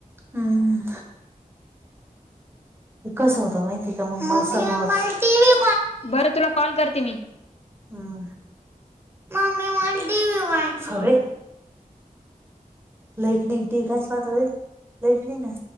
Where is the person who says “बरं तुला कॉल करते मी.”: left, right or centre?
Left